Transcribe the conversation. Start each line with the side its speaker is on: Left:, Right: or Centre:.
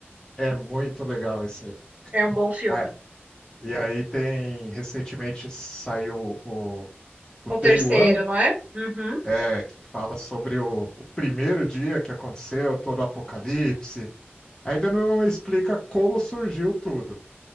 Left: É muito legal esse. aí.
Right: É um bom filme.
Left: Ah, e aí tem, recentemente saiu o, o
Right: O
Left: Day
Right: terceiro,
Left: One,
Right: não é? Uhum.
Left: é, que fala sobre o, o primeiro dia que aconteceu, todo o apocalipse. Ainda não explica como surgiu tudo,